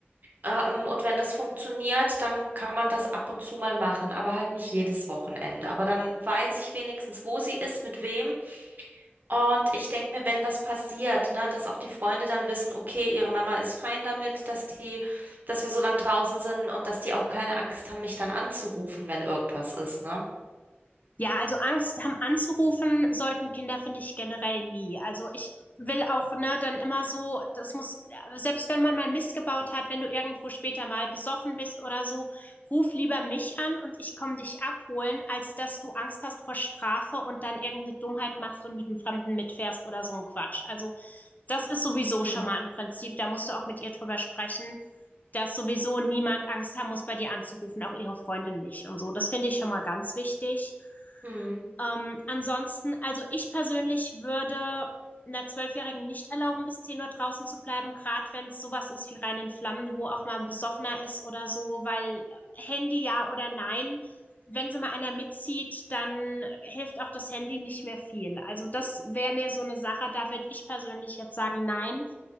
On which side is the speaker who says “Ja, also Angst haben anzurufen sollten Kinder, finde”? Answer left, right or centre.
Left